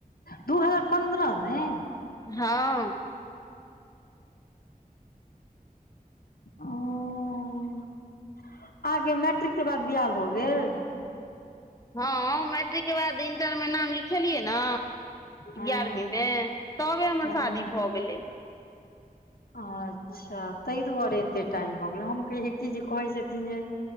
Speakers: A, on the left (about 80°); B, on the left (about 20°).
A: दू हजार पन्द्रहमे?
B: हँ।
A: ओ, अहाँके मैट्रिक के बाद बिआह भऽ गेल?
B: हँ, मैट्रिक के बाद इंटर मे नाम लिखेलियै ने
A: हँ
B: ग्यारहवीं मे, तबे हमर
A: हँ
B: शादी भऽ गेलै।
A: अच्छा, ताहि दुआरे एतेक टाइम भऽ गेलै। हम कहियै की जे कहैत छथिन जे